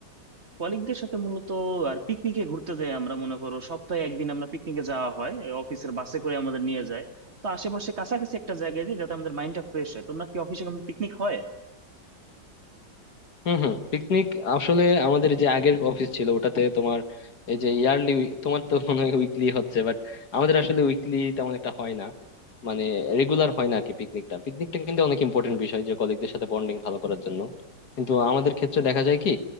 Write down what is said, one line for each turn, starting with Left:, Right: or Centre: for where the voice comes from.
Right: কলিগদের সাথে মূলত আর পিকনিকে ঘুরতে যাই আমরা মনে করো সপ্তাহে একদিন আমরা পিকনিকে যাওয়া হয় এ অফিসের বাসে করে আমাদের নিয়ে যায় তো আশেপাশে কাছাকাছি একটা জায়গায় যাই যাতে আমাদের মাইন্ডটা ফ্রেশ হয় তোমরা কি অফিসে কোনো পিকনিক হয়
Left: হম হম পিকনিক আসলে আমাদের যে আগের অফিস ছিল ওটাতে তোমার এই যে ইয়ারলি তোমার তো মনে হয় উইকলি হচ্ছে বাট আমাদের আসলে উইকলি তেমন একটা হয় না মানে রেগুলার হয় না আর কি পিকনিকটা পিকনিকটা কিন্তু অনেক ইম্পর্টেন্ট বিষয় যে কলিগদের সাথে বন্ডিং ভালো করার জন্য কিন্তু আমাদের ক্ষেত্রে দেখা যায় কি